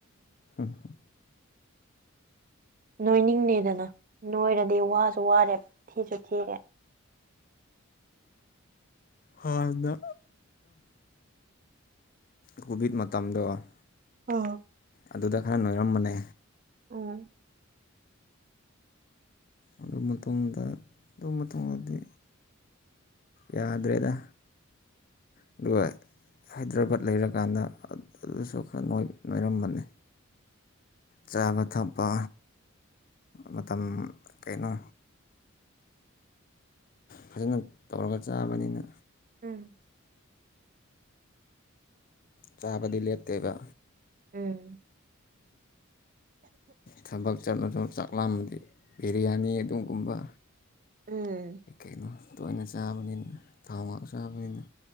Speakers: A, on the left; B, on the right.
A: ꯍꯣꯏ ꯍꯣ
B: ꯅꯣꯏꯅꯤꯡꯅꯦꯗꯅ ꯅꯣꯏꯔꯗꯤ ꯋꯥꯁꯨ ꯋꯥꯔꯦ ꯊꯤꯁꯨ ꯊꯤꯔꯦ
A: ꯍꯗ ꯀꯣꯚꯤꯠ ꯃꯇꯝ ꯃꯇꯝꯥꯡꯗ
B: ꯑ
A: ꯑꯗꯨꯗ ꯈꯔ ꯅꯣꯏꯔꯝꯕꯅꯦ
B: ꯎ
A: ꯑꯗꯨ ꯃꯇꯨꯡꯗ ꯑꯗꯨ ꯃꯇꯨꯡꯗꯗꯤ ꯌꯥꯗ꯭ꯔꯦꯗ ꯑꯗꯨꯒ ꯍꯥꯏꯗ꯭ꯔꯕꯥꯠ ꯂꯩꯔꯀꯥꯟꯗ ꯑꯗꯨꯁꯨ ꯈꯔ ꯅꯣꯏꯔꯝꯕꯅꯤ ꯆꯥꯕ ꯊꯛꯄ ꯃꯇꯝ ꯀꯩꯅꯣ ꯐꯖꯅ ꯇꯧꯔꯒ ꯆꯥꯕꯅꯤꯅ
B: ꯎꯝ
A: ꯆꯥꯕꯗꯤ ꯂꯦꯞꯇꯦꯕ
B: ꯎꯝ
A: ꯊꯕꯛ ꯆꯠꯂꯁꯨ ꯆꯥꯛꯂꯝꯥꯃꯗꯤ ꯕꯤꯔꯌꯥꯅꯤ ꯑꯗꯨꯒꯨꯝꯕ
B: ꯎꯝ
A: ꯀꯩꯅꯣ ꯇꯣꯏꯅ ꯆꯥꯕꯅꯤꯅ ꯊꯥꯎ ꯉꯥꯛ ꯆꯥꯕꯅꯤꯅ